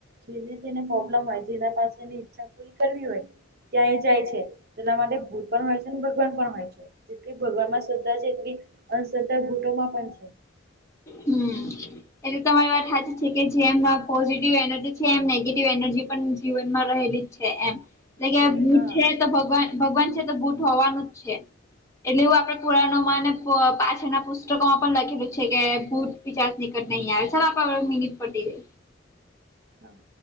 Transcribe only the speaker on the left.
હમ. એટલે તમારી વાત હાચી છે કે જેમા પોઝિટિવ એનર્જી છે એમ નેગેટિવ એનર્જી પન જીવનમાં રહેલી જ છે એમ એટલે
કે ભૂત
છે તો ભ ભગવાન ભગવાન છે તો ભૂટ હોવાનું જ છે. એટલે એવું આપડે પુરાણોમાં ને પ પાછળ ના પુસ્તકોમાં પણ લખેલું છે કે ભુટ પિચાચ નીકટ નહિ આવે ચલો આપ અવે મિનીટ પતિ ગઇ.